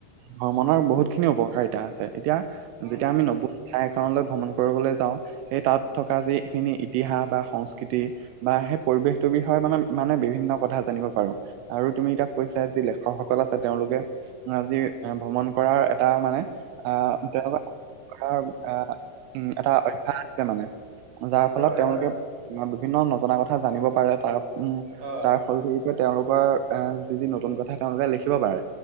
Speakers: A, on the right; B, on the right.
A: ভ্ৰমণৰ বহুত খিনি উপকাৰিতা আছে এতিয়া
B: উম,
A: যেতিয়া আমি নব ঠাইখনলৈ ভ্ৰমণ কৰিবলৈ যাওঁ সেই তাত থকা যিখিনি ইতিহাস বা সংস্কৃতিৰ- বা সেই পৰিৱেশটোৰ বিষয়ে মানে, মানে বিভিন্ন কথা জানিব পাৰো। আৰু তুমি এতিয়া কৈছা, যি লেখকসকল আছে তেওঁলোকে অ', যি এ ভ্ৰমণ কৰাৰ এটা মানে আ, তেনেকুৱা ধৰা, আ, উম এটা অভ্যাস <unintelligible> মানে যাৰ ফলত
B: হয়,
A: তেওঁলোকে
B: হয়,
A: বিভিন্ন নজনা কথা জানিব পাৰে, তাৰ উম,
B: অ',
A: তাৰ ফল <unintelligible> তেওঁলোকৰ আ, যি, যি, নতুন কথা তেওঁলোকে লিখিব পাৰে।